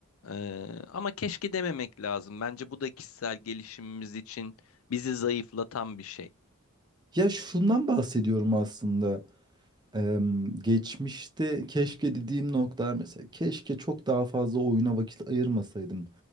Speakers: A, on the left (about 70°); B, on the right (about 20°).
A: Ee, ama keşke dememek lazım. Bence bu da kişisel gelişimimiz için bizi zayıflatan bir şey.
B: Ya şundan bahsediyorum aslında. Em, geçmişte keşke dediğim noktalar mesela keşke çok daha fazla oyuna vakit ayırmasaydım.